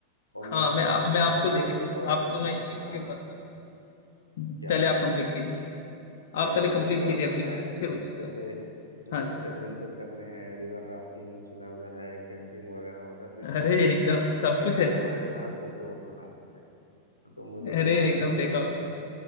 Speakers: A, on the left; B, on the left.
A: और
B: हाँ
A: मेरा
B: मैं आ, मैं आपको
A: अपना
B: देखिए
A: भी कुछ पर्सनल
B: आपको मैं एक,
A: हाँ
B: एक बात बोलता हूँ
A: क्या
B: पहले आप कंप्लीट कीजिए ठीक है
A: मेरा
B: आप पहले
A: भी
B: कंप्लीट
A: कुछ पर्सनल
B: कीजिए अपनी
A: है
B: बात को फिर मैं बोलता
A: जैसे
B: हूँ
A: मुझे
B: हाँ जी
A: कुछ एडवेंचर करने हैं रिवर राफ्टिंग सुना है उधर है कैंपिंग वगैरह होता है तो इसका
B: अरे
A: सुना
B: एकदम सब कुछ
A: देखा
B: है
A: था मैंने तुम्हारा फोटो वोटो लास्ट टाइम तो मुझे ज्ञान
B: अरे एकदम
A: दो थोड़ा
B: देखा होगा